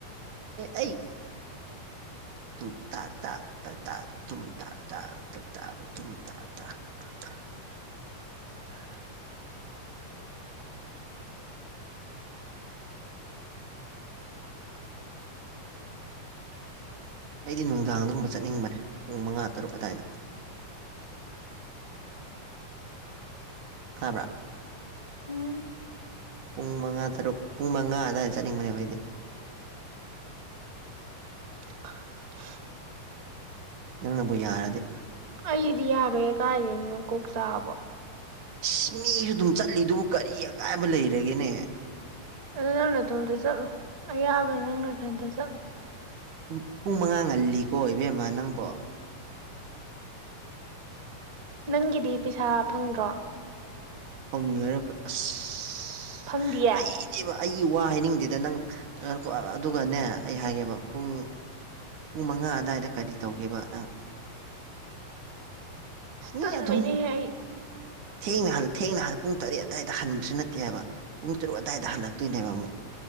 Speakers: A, on the right; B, on the right.
A: ꯑꯩ ꯇꯨꯝ ꯇꯥꯛ ꯇꯥꯛ ꯇꯥ ꯇꯥꯛ ꯇꯨꯝ ꯇꯥꯛ ꯇꯥꯛ ꯇꯥꯛ ꯇꯥꯛ ꯇꯨꯝ ꯇꯥꯛ ꯇꯥꯛ ꯇꯥ ꯇꯥꯛ
B: <inaudible>
A: ꯑꯩꯗꯤ ꯅꯨꯡꯗꯥꯡꯗꯒꯨꯝꯕ ꯆꯠꯅꯤꯡꯕꯅꯦ ꯄꯨꯡ ꯃꯉꯥ ꯇꯔꯨꯛ ꯑꯗꯥꯏꯗ ꯇꯥꯕ꯭ꯔꯥ
B: ꯎꯝ
A: ꯄꯨꯡ ꯃꯉꯥ ꯇꯔꯨꯛ ꯄꯨꯡ ꯃꯉꯥ ꯑꯗꯥꯏ ꯆꯠꯅꯤꯡꯕꯅꯦꯕ ꯑꯩꯗꯤ
B: <unintelligible>
A: ꯅꯪꯅꯕꯨ ꯌꯥꯔꯥꯗꯤ
B: ꯑꯩꯗꯤ ꯌꯥꯔ‌ꯣꯏꯌ‌ꯦ ꯀꯥꯏꯗꯩꯅꯣ ꯅꯀꯣꯛ ꯆꯥꯑꯕ‌ꯣ
A: ꯏꯁ ꯃꯤꯁꯨ ꯑꯗꯨꯝ ꯆꯠꯂꯤꯗꯨꯕꯨ ꯀꯔꯤ ꯑꯀꯥꯏꯕ ꯂꯩꯔꯒꯦꯅꯦ
B: ꯑꯗ‌ꯣ ꯅꯪ ꯅꯇꯣꯝꯗ ꯆꯠꯂꯣ ꯑꯌꯥꯕ ꯅꯪ ꯅꯊꯟꯇ ꯆꯠꯂ‌ꯣ
A: ꯎ ꯄꯨꯡ ꯃꯉꯥ ꯉꯜꯂꯤꯀꯣ ꯏꯕꯦꯝꯃ ꯅꯪꯕꯣ
B: ꯅꯪꯒꯤꯗꯤ ꯄꯩꯁꯥ ꯐꯪꯗ꯭ꯔꯣ
A: ꯍꯧꯅꯔꯒ ꯑꯁ
B: ꯐꯪꯗꯤꯌꯦ
A: ꯑꯩ ꯗꯤꯕ ꯑꯩꯒꯤ ꯋꯥ ꯍꯥꯏꯅꯤꯡꯗꯦꯗ ꯅꯪ <unintelligible> ꯑꯗꯨꯒꯅꯦ ꯑꯩ ꯍꯥꯏꯒꯦꯕ ꯄꯨꯡ ꯄꯨꯡ ꯃꯉꯥ ꯑꯗꯥꯏꯗ ꯀꯔꯤ ꯇꯧꯒꯦꯕ ꯅꯪ
B: ꯑꯁ
A: ꯃꯤ
B: ꯇꯟꯕꯩ
A: ꯑꯗꯨꯝ
B: ꯅꯦꯍꯦ ꯑꯩ
A: ꯊꯦꯡꯅ ꯍꯜ ꯊꯦꯡꯅ ꯍꯜ ꯄꯨꯡ ꯇꯔꯦꯠ ꯑꯗꯥꯏꯗ ꯍꯟꯕꯁꯨ ꯅꯠꯇꯦ ꯍꯥꯏꯕ ꯄꯨꯡ ꯇꯔꯨꯛ ꯑꯗꯥꯏꯗ ꯍꯜꯂꯛꯇꯣꯏꯅꯦꯕ ꯑꯃꯨꯛ